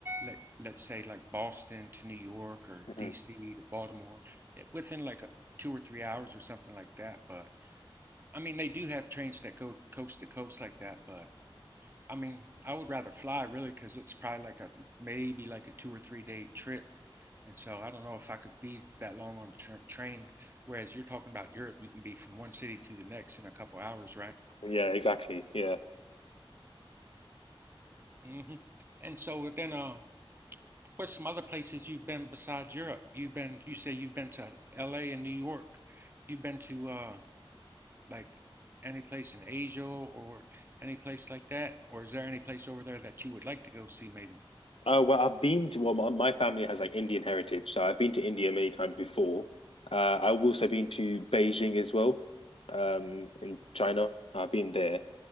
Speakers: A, on the right; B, on the left.
A: let let's say like Boston to New York or
B: hmm
A: DC to Baltimore eh, within like a, two or three hours or something like that. But I mean, they do have trains that go coast to coast like that, but I mean, I would rather fly really because it's probably like a maybe like a two or three day trip. And so I don't know if I could be that long on a tra train, whereas you're talking about Europe, you can be from one city to the next in a couple hours, right?
B: Yeah, exactly. Yeah.
A: hmm And so then, uh, what's some other places you've been besides Europe? You've been, you say you've been to LA and New York. You've been to uh, like any place in Asia or any place like that? Or is there any place over there that you would like to go see maybe?
B: Oh well, I've been to well, my, my family has like Indian heritage, so I've been to India many times before. Uh, I've also been to Beijing as well, um, in China. I've been there,